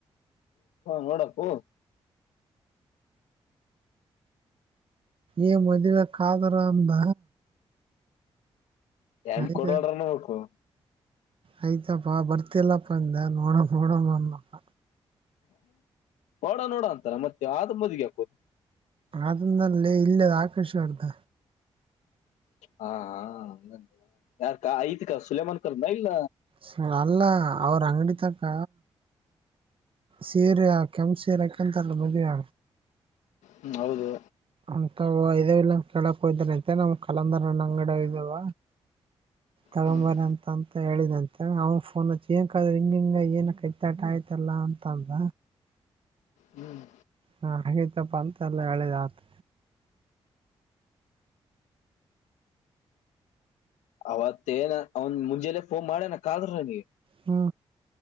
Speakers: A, on the left; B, on the right.
A: ನೋಡಾಪ್ಪು
B: ಏ ಮದ್ವೆೆ ಕಾದ್ರ ಅಂದ
A: ಏನ್
B: ಆಯ್ತ
A: ಕೊಡವಳ್ರನು ಹಕು
B: ಆಯ್ತಪ್ಪಾ ಬರ್ತಿಲ್ಲಪ್ಪ ಅಂದ ನೋಡ ನೋಡಮ ಅನಪ್ಪ
A: ನೋಡ ನೋಡ ಅಂತಾರ ಮತ್ತೆ ಆದ ಮದಿಗೆ ಹಾಕೋದು
B: ಅಂದಲ್ಲೇ ಇಲ್ಲದ ಆಕಾಶವರ್ಧ
A: ಹಾ ಹ ಯಾರಕ ಐ್ತ್ ಕಾ ಸುಲಮಾನ್ ಕರ್ ಇಲ್ಲ
B: ಸ ಅಲ್ಲ ಅವ್ರ ಅಂಗಡಿಿತಕ್ಕ ಸೇರೆ ಕೆಂಪ ಸೇರೆಕಂತಲ್ಲ ಮದುವ
A: ಹ್ಮ ಹೌದು
B: ಅಂತ ಇದ ಇಲ್ಲ ಕೇಳಕ್ ಹಯ್ದಾರಂತೆ ನಮ್ ಕಲಂದರ್ಣ ಅಂಗಡ ಇದಾವ ತಗೊಂಬರ
A: ಹ್ಮ್
B: ಅಂತ ಅಂತ ಹೇಳಿದ ಅವ ಫೋನ್ ಏನ್ಕ್ರೆ ಹಿಂಗ ಹಿಂಗ ಏನ ಕೈತಾಟ ಆಯ್ತಲ್ಲ ಅಂತಂದ
A: ಹ್ಮ್
B: ಹಾ ಹಾಗೈತಪ್ಪ ಅಂತೆ ಎಲ್ಲ ಹೇಳಿದ್ ಆತ್
A: ಅವತ್ತೇಏನ ಅವನ್ ಮುಂಜೆಲ್ಲ ಫೋನ್ ಮಾಡ್ಯನ ಕಾದ್ರ ನೀ
B: ಹ್ಮ